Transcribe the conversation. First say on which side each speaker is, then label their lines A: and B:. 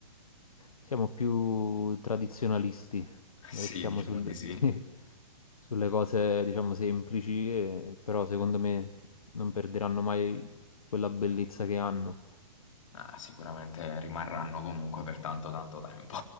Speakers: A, on the left; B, on the left.
A: siamo più tradizionalisti,
B: <laughs> Sì,
A: restiamo
B: diciamo
A: sul-
B: di sì.
A: <laughs> sulle cose, diciamo, semplici, e- però secondo me non perderanno mai quella bellezza che hanno.
B: Ah, sicuramente rimarranno comunque per tanto tanto tempo.